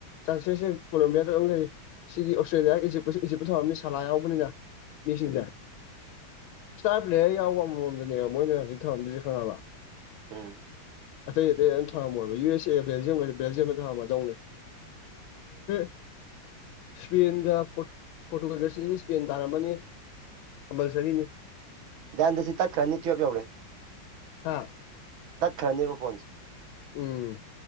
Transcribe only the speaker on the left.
ꯆꯥꯟꯁꯦꯁꯁꯦ ꯀꯣꯂꯣꯝꯌꯥꯗ ꯑꯝ ꯂꯩ ꯁꯤꯒꯤ ꯑꯣꯁꯇ꯭ꯔꯦꯂꯤꯌꯥ ꯏꯖꯤꯞꯀꯁꯦ ꯏꯖꯤꯞꯇ ꯊꯥꯕ ꯃꯤ ꯁꯥꯂ ꯌꯥꯎꯕꯅꯤꯅ ꯃꯤꯁꯤꯡꯁꯦ ꯏꯁꯇꯥꯔ ꯄ꯭ꯂꯦꯌꯔ ꯌꯥꯎꯕ ꯑꯃꯃꯝꯗꯅꯦꯕ ꯃꯣꯏꯅ ꯍꯧꯖꯤꯛ ꯊꯃꯝꯗꯣꯏꯖꯦ ꯈꯪꯉꯕ
ꯑꯇꯩ ꯑꯇꯩ ꯑꯝ ꯊꯃꯝꯃꯣꯏꯕ ꯌꯨ ꯑꯦꯁ ꯑꯦꯒ ꯕꯦꯜꯖꯤꯌꯝ ꯒꯖꯦ ꯕꯦꯜꯖꯤꯌꯝꯗ ꯊꯃꯃꯗꯧꯅꯦ <unintelligible> ꯁ꯭ꯄꯦꯟꯒ ꯄ꯭ꯣꯔ꯭ꯠ ꯄꯣꯔꯇꯨꯒꯜꯒ ꯁꯤꯗꯤ ꯁ꯭ꯄꯦꯟ ꯇꯥꯔꯝꯃꯅꯤ ꯀꯝꯄꯜꯁꯔꯤꯅꯤ
ꯍꯥꯥ
ꯎꯝ